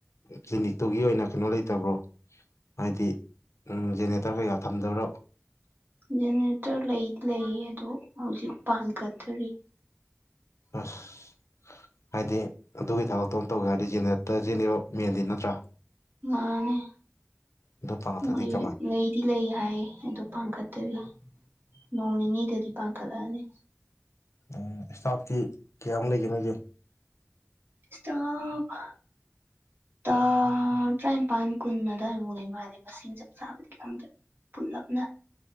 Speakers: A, on the left; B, on the right.
A: ꯀ꯭ꯂꯤꯅꯤꯛꯇꯨꯒꯤ ꯑꯣꯏꯅ ꯀꯩꯅꯣ ꯂꯩꯇꯕ꯭ꯔꯣ ꯍꯥꯏꯗꯤ ꯖꯦꯅꯦꯔꯦꯇꯔ ꯀꯩꯀꯥ ꯊꯝꯗꯕꯔꯣ
B: ꯖꯦꯅꯦꯔꯦꯇꯔ ꯂꯩꯗꯤ ꯂꯩꯌꯦ ꯑꯗꯣ ꯍꯧꯖꯤꯛ ꯄꯥꯟꯈꯇ꯭ꯔꯤ
A: ꯑꯁ ꯍꯥꯏꯗꯤ ꯑꯗꯨꯒꯤ ꯊꯕꯛꯇꯣ ꯑꯃ ꯇꯧꯒꯦ ꯍꯥꯏꯔꯗꯤ ꯖꯦꯅꯦꯔꯦꯇꯔ ꯖꯤꯅꯦꯕ ꯃꯦꯟꯗꯤ ꯅꯠꯇ꯭ꯔꯥ
B: ꯃꯥꯅꯦ
A: ꯑꯗꯨ ꯐꯪꯉꯛꯇ꯭ꯔꯗꯤ
B: ꯃꯣꯏ
A: ꯀꯃꯥꯏ
B: ꯂꯩꯗꯤ ꯂꯩ ꯍꯥꯏ ꯑꯗꯨ ꯄꯥꯡꯈꯠꯇꯔꯤ ꯅꯣꯡ ꯅꯤꯅꯤꯗꯗꯤ ꯄꯥꯟꯈꯠꯂꯛꯑꯅꯤ
A: ꯎꯝ ꯏꯁꯇꯥꯐꯇꯤ ꯀꯌꯥꯃꯨꯛ ꯂꯩꯒꯦ ꯅꯣꯏꯒꯤ
B: ꯁ꯭ꯇꯥꯕ ꯇ ꯇꯔꯥꯅꯤꯄꯥꯟ ꯀꯨꯟ ꯑꯗꯨꯋꯥꯏꯃꯨꯛ ꯂꯩ ꯃꯥꯜꯂꯦ ꯃꯁꯤꯡ ꯆꯞ ꯆꯥꯕꯗꯤ ꯈꯪꯗ꯭ꯔꯦ ꯄꯨꯜꯂꯞꯅ